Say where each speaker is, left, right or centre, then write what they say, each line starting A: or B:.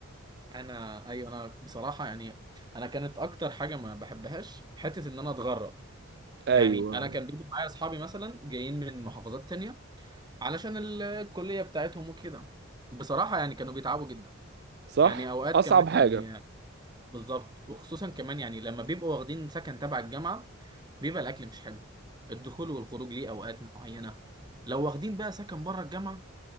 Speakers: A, on the right; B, on the right.
A: انا ايوه انا بصراحه يعني انا كانت اكتر حاجه ما بحبهاش حته ان انا اتغرب
B: ايوه
A: يعني انا كان بيجي معايا اصحابي مثلا جايين من محافظات تانية علشان ال- الكليه بتاعتهم وكده بصراحه يعني كانوا بيتعبوا جدا
B: صح
A: يعني اوقات
B: اصعب
A: كمان
B: حاجه
A: يعني بالظبط وخصوصا كمان يعني لما بيبقوا واخدين سكن تبع الجامعه بيبقى الاكل مش حلو الدخول والخروج ليه اوقات معينه لو واخدين بقى سكن بره الجامعه